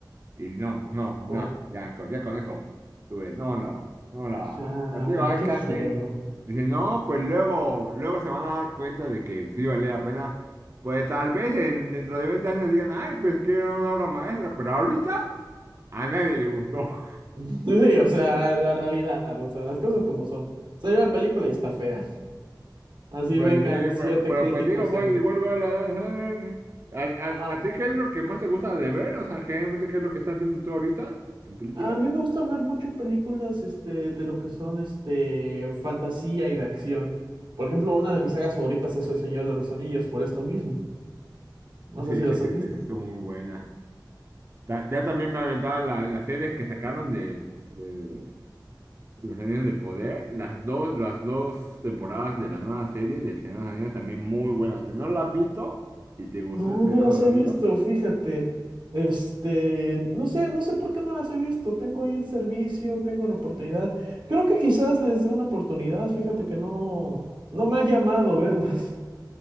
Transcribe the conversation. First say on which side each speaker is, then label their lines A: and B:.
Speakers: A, on the right; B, on the right.
A: Y no, pues no, no,
B: co-
A: ya, con- ya con eso tuve, no, no, no la.
B: O sea,
A: Pero digo, hay
B: qué
A: cada
B: feo.
A: quien dice, no, pues luego, luego se van a dar cuenta de que sí valía la pena. Pues tal vez en, dentro de 20 años digan, ay, pues que era una obra maestra, pero ahorita a nadie le gustó. <laughs>
B: <laughs> Sí, o sea, la realidad, o sea, las cosas como son. Salió la película y está fea. Así
A: Pues
B: vengan
A: sí,
B: siete
A: pero, pero
B: críticos
A: pues digo, voy,
B: en...
A: igual voy a la danza. ¿A, a,
B: Ajá.
A: a ti qué es lo que más te gusta de ver? O sea, generalmente, ¿qué es lo que estás viendo tú ahorita en películas?
B: A mí me gusta ver mucho películas, este, de lo que son, este, fantasía y de acción. Por ejemplo, una de mis sagas favoritas es El Señor de los Anillos, por esto mismo.
A: Sí,
B: No sé
A: es
B: si las
A: que sí,
B: has visto.
A: esa estuvo muy buena. Ta- ya también me aventaban la- las series que sacaron de, de Los Anillos del Poder. Las dos, las dos temporadas de la nueva serie del Señor de los Anillos también muy buenas. Si no la has visto y te gustó
B: No,
A: el Señor
B: no las
A: de los
B: he
A: Anillos,
B: visto, fíjate. Este, no sé, no sé por qué no las he visto. Tengo ahí el servicio, tengo la oportunidad. Creo que quizás les dé una oportunidad, fíjate que no, no me ha llamado verlas. <laughs>